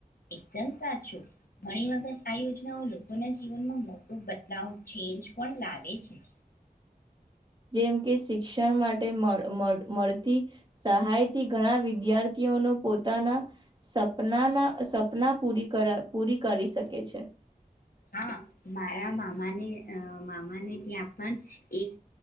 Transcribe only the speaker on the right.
જેમ કે શિક્ષણ માટે મળ મળ મળતી સહાયથી ઘણા વિદ્યાર્થીઓનો પોતાના સપનાના સપના પૂરી કર પૂરી કરી શકે છે.